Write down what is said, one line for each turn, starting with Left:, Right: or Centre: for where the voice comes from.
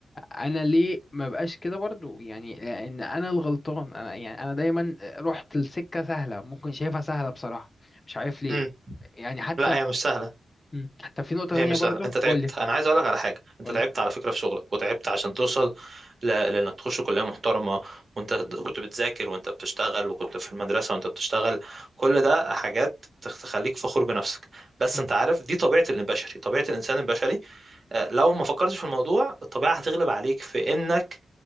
Left: انا ليه ما بقاش كده برضو يعني ان انا الغلطان انا يعني انا دايما رحت لسكه سهله ممكن شايفها سهله بصراحه مش عارف ليه
Right: امم
Left: يعني حتى
Right: لا هي مش سهله
Left: مم. طب في نقطه
Right: هي
Left: تانية
Right: مش
Left: برضو
Right: سهله انت تعبت
Left: قولي
Right: انا عايز اقول لك على حاجه انت
Left: قولي
Right: تعبت على فكره في شغلك وتعبت عشان توصل ل... لانك تخش كليه محترمه وانت كنت بتذاكر وانت بتشتغل وكنت في المدرسه وانت بتشتغل كل ده حاجات تخ- تخليك فخور بنفسك بس
Left: مم.
Right: انت عارف دي طبيعه البشري طبيعه الانسان البشري لو ما فكرتش في الموضوع الطبيعة هتغلب عليك في انك